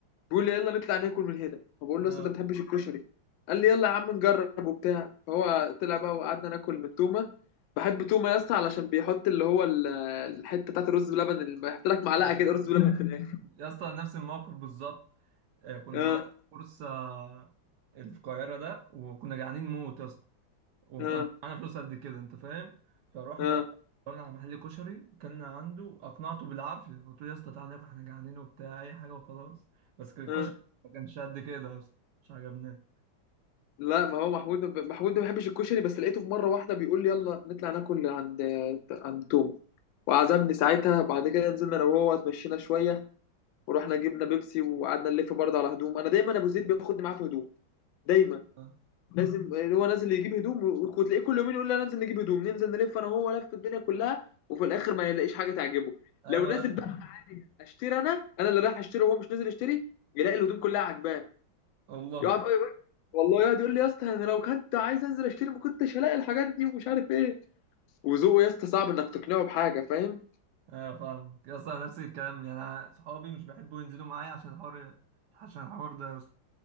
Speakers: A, on the left; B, on the right.
A: بيقول لي يلا نطلع ناكل من هنا فبقول له
B: آه،
A: يا اسطى انت ما بتحبش الكشري قال لي يلا يا عم نجرب وبتاع فهو طلع بقى وقعدنا ناكل من تومه بحب تومه يا اسطى علشان بيحط اللي هو ال- الحته بتاعت الرز بلبن اللي بيحط لك معلقه
B: أيوة.
A: كده رز بلبن في الاخر
B: يا اسطى نفس الموقف بالظبط آه، كنا
A: اه
B: بقى في كورس آه، القاهرة ده وكنا جعانين موت يا اسطى وكان
A: اه
B: معانا فلوس قد كده انت فاهم فروحنا
A: اه
B: بقى دورنا على محل كشري كنا عنده اقنعته بالعافيه قلت له يا اسطى تعالى ناكل احنا جعانين وبتاع اي حاجه وخلاص بس كان الكشري
A: اه
B: ما كانش قد كده يا اسطى مش عجبناه
A: لا ما هو محمود ب- محمود ده ما بيحبش الكشري بس لقيته في مره واحده بيقول لي يلا نطلع ناكل عند عند تومه وعزمني ساعتها بعد كده نزلنا انا وهو اتمشينا شويه ورحنا جبنا بيبسي وقعدنا نلف برضه على هدوم انا دايما ابو زيد بياخدني معاه في هدوم دايما
B: اه.
A: لازم هو نازل يجيب هدوم وتلاقيه كل يومين يقول لي أنا نازل نجيب هدوم ننزل نلف انا وهو لف الدنيا كلها وفي الاخر ما يلاقيش حاجه تعجبه
B: ايوه
A: لو نازل
B: يا اسطى.
A: بقى اشتري انا انا اللي رايح اشتري وهو مش نازل يشتري يلاقي الهدوم كلها عاجباه
B: والله
A: يقعد بقى
B: <laughs>
A: يقول والله يقعد يقول لي يا اسطى انا لو كنت عايز انزل اشتري ما كنتش هلاقي الحاجات دي ومش عارف ايه وذوقه يا اسطى صعب انك تقنعه بحاجه فاهم
B: ايوه فاهمك يا اسطى نفس الكلام يعني انا صحابي مش بيحبوا ينزلوا معايا عشان الحوار عشان الحوار ده يا اسطى